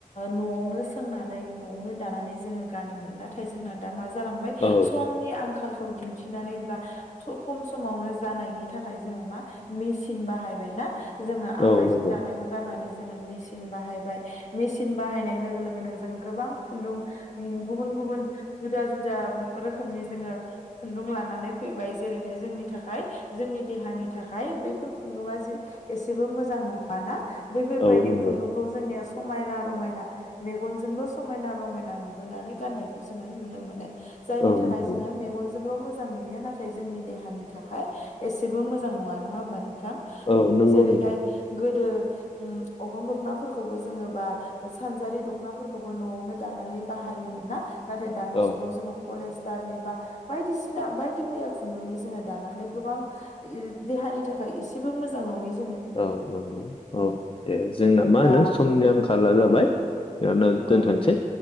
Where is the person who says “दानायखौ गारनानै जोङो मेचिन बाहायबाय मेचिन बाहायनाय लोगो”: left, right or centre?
Left